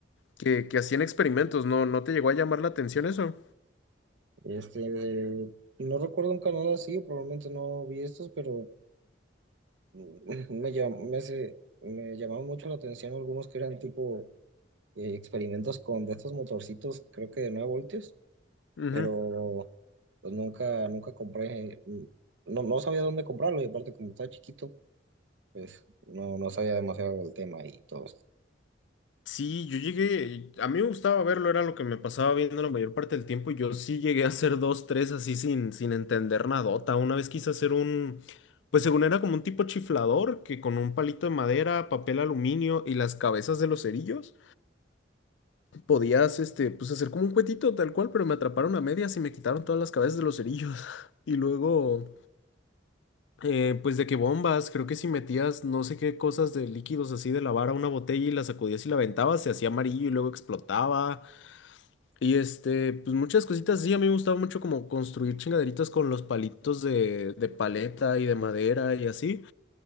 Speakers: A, on the left; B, on the right.
A: que, que hacían experimentos, ¿no? ¿No te llegó a llamar la atención eso?
B: Este, eh, no recuerdo un canal así, probablemente no vi estos, pero mm, me, llam- me, se- me llamaron mucho la atención algunos que eran tipo eh, experimentos con de estos motorcitos, creo que de 9 voltios,
A: Ujú.
B: pero pues nunca, nunca compré, eh, mm, no, no sabía dónde comprarlo y aparte como estaba chiquito, pues no, no sabía demasiado del tema y todo esto.
A: Sí, yo llegué, a mí me gustaba verlo, era lo que me pasaba viendo la mayor parte del tiempo y yo sí llegué a hacer dos, tres así sin, sin entender nadota. Una vez quise hacer un, pues según era como un tipo chiflador que con un palito de madera, papel aluminio y las cabezas de los cerillos podías, este, pues hacer como un cuetito tal cual, pero me atraparon a medias y me quitaron todas las cabezas de los cerillos. <laughs> Y luego, eh, pues de que bombas, creo que si metías no sé qué cosas de líquidos así de lavar a una botella y la sacudías y la aventabas, se hacía amarillo y luego explotaba. Y este, pues muchas cositas así. A mí me gustaba mucho como construir chingaderitas con los palitos de, de paleta y de madera y así.